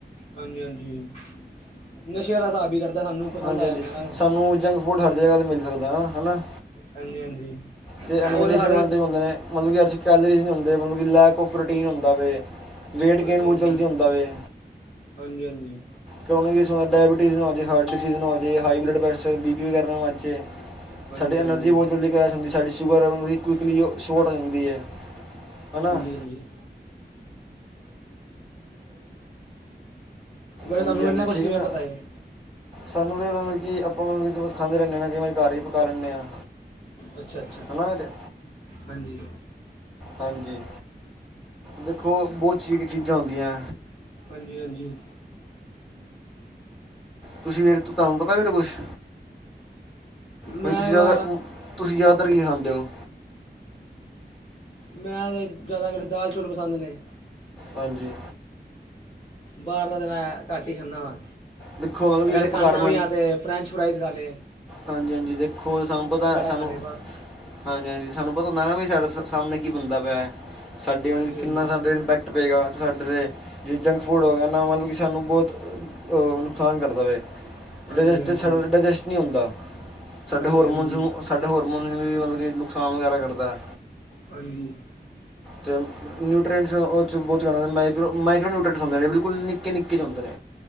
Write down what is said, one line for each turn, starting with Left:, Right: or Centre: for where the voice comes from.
Left: ਹਾਂਜੀ-ਹਾਂਜੀ, ਨਸ਼ੇ ਆਲਾ ਸਾਬ ਹੀ ਕਰਦਾ ਸਾਨੂੰ। ਪਸੰਦ
Centre: ਹਾਂਜੀ-ਹਾਂਜੀ,
Left: ਆ ਜਾਂਦਾ ਨਾ ਉਹ।
Centre: ਸਾਨੂੰ ਜੰਕ ਫੂਡ ਹਰ ਜਗ੍ਹਾ ਤੇ ਮਿਲ ਸਕਦਾ, ਹਨਾ-ਹਨਾ।
Left: ਹਾਂਜੀ ਹਾਂਜੀ
Centre: ਤੇ ਇਹਨਾਂ
Left: ਉਹ
Centre: ਦੇ ਡਿਸਐਡਵਾਂਟੇਜ
Left: ਸਾਡੇ
Centre: ਵੀ ਹੁੰਦੇ ਨੇ। ਮਤਲਬ ਕੀ ਏਦੇ ਚ ਕੈਲਰੀਜ਼ ਨੀ ਹੁੰਦੇ, ਮਤਲਬ ਕਿ ਲੈਕ ਔਫ ਪ੍ਰੋਟੀਨ ਹੁੰਦਾ ਵੇ। ਵੇਟ
Left: ਹਾਂਜੀ
Centre: ਗੇਨ ਬਹੁਤ
Left: ਹਾਂਜੀ
Centre: ਜਲਦੀ ਹੁੰਦਾ ਵੇ।
Left: ਹਾਂਜੀ ਹਾਂਜੀ
Centre: ਕਰੋ ਨਾ ਇਸ ਵਾਰ ਡਾਇਬਟੀਜ਼ ਨਾ ਹੋ ਜੇ, ਹਾਰਟ ਡਿਸੀਜ਼ ਨਾ ਹੋ ਜੇ, high blood pressure, B P ਵਗੈਰਾ ਨਾ ਵੱਧ ਜੇ।
Left: ਹਾਂਜੀ
Centre: ਸਾਡੀ ਐਨਰਜੀ
Left: ਹਾਂਜੀ ਹਾਂਜੀ
Centre: ਬਹੁਤ ਜਲਦੀ ਕਰੈਸ਼ ਹੁੰਦੀ ਐ, ਸਾਡੀ ਸ਼ੂਗਰ ਉਹੀ ਕੁਇੱਕਲੀ ਉਹ ਸ਼ੋਟ ਹੋ ਜਾਂਦੀ ਐ। ਹਨਾ। <inaudible>
Left: ਹਾਂਜੀ ਵੈਸੇ
Centre: ਹਾਂਜੀ
Left: ਤੁਹਾਨੂੰ
Centre: ਹਾਂਜੀ
Left: ਇੰਨਾ ਕੁਛ
Centre: ਠੀਕ
Left: ਕਿਵੇਂ
Centre: ਹੈ ਨਾ
Left: ਪਤਾ ਜੇ।
Centre: ਸਾਨੂੰ ਤੇ ਮਤਲਬ ਕੀ ਆਪਾਂ ਮਤਲਬ ਕਿ ਖਾਂਦੇ ਰਹਿੰਦੇ ਹਾਂ, ਕਈ ਵਾਰੀ ਘਰ ਵੀ ਪਕਾ ਲੈਂਦੇ ਹਾਂ।
Left: ਅੱਛਾ-ਅੱਛਾ,
Centre: ਹਨਾ ਵੀਰੇ
Left: ਹਾਂਜੀ।
Centre: ਹਾਂਜੀ। ਦੇਖੋ, ਬਹੁਤ ਚੀਕ ਚੀਜ਼ਾਂ ਹੁੰਦੀਆਂ।
Left: ਹਾਂਜੀ-ਹਾਂਜੀ।
Centre: ਤੁਸੀਂ ਵੇੜੇ ਤੋਂ ਤੁਹਾਨੂੰ ਪਤਾ ਫੇਰ ਕੁਛ ਵੀਰ,
Left: ਮੈਂ
Centre: ਤੁਸੀਂ ਜ਼ਿਆਦਾ
Left: ਵਾ
Centre: ਮ ਤੁਸੀਂ ਜ਼ਿਆਦਾਤਰ ਕੀ ਖਾਂਦੇ ਹੋ।
Left: ਮੈਂ ਤੇ ਜ਼ਿਆਦਾਤਰ ਦਾਲ ਚੋਲ ਪਸੰਦ ਨੇ।
Centre: ਹਾਂਜੀ।
Left: ਬਾਹਰ ਦਾ ਤਾਂ ਮੈਂ ਘੱਟ ਹੀ ਖਾਣਾ ਵਾਂ,
Centre: ਦੇਖੋ ਮਤਲਬ ਕਿ
Left: ਅਗਰ
Centre: ਜੇ ਆਪਾਂ
Left: ਖਾਨਾਂ
Centre: ਘਰ
Left: ਵੀ ਆਂ ਤੇ ਫਰੈਂਚ ਫਰਾਈਜ਼ ਖਾ ਲੇ।
Centre: ਹਾਂਜੀ-ਹਾਂਜੀ, ਦੇਖੋ ਇਹ ਸਾਨੂੰ ਪਤਾ, ਸਾਨੂੰ
Left: ਖਾ ਲਏ ਬਸ
Centre: ਹਾਂਜੀ-ਹਾਂਜੀ, ਸਾਨੂੰ ਪਤਾ ਹੁੰਦਾ ਨਾ ਵੀ ਸਾਡੇ ਸ ਸਾਹਮਣੇ ਕੀ ਬਣਦਾ ਪਿਆ, ਸਾਡਿਆਂ
Left: ਹਾਂਜੀ
Centre: ਨੂੰ
Left: ਹਾਂਜੀ
Centre: ਕਿੰਨਾ ਸਾਡੇ ਇੰਪੈਕਟ ਪਏਗਾ ਛੱਡ ਦੇ। ਜੇ ਜੰਕ ਫੂਡ ਹੋ ਗਿਆ ਨਾ, ਮਤਲਬ ਕਿ ਸਾਨੂੰ ਬਹੁਤ ਨੁਕਸਾਨ ਕਰਦਾ ਵੇ।
Left: ਹਾਂਜੀ
Centre: ਡਾਇਜਸ
Left: ਹਾਂਜੀ
Centre: ਸਾਡਾ ਡਾਇਜਸਟ ਨਹੀਂ ਹੁੰਦਾ। ਸਾਡੇ
Left: ਹਾਂਜੀ
Centre: ਹੋਰਮੋਨਸ
Left: ਹਾਂਜੀ
Centre: ਨੂੰ, ਸਾਡੇ ਹੋਰਮੋਨਸ ਨੂੰ ਵੀ ਮਤਲਬ ਕਿ ਨੁਕਸਾਨ ਵਗੈਰਾ ਕਰਦਾ।
Left: ਹਾਂਜੀ।
Centre: ਟਿਮ ਨਿਊਟਰੈਂਟਸ ਉਹ ਚ ਬਹੁਤ ਘੱਟ ਹੁੰਦੇ ਨੇ, ਮਾਈਕਰੋ- ਮਾਈਕਰੋ ਨਿਊਟਰੈਂਟਸ ਹੁੰਦੇ ਨੇ, ਬਿਲਕੁਲ ਨਿੱਕੇ- ਨਿੱਕੇ ਜੇ ਹੁੰਦੇ ਨੇ।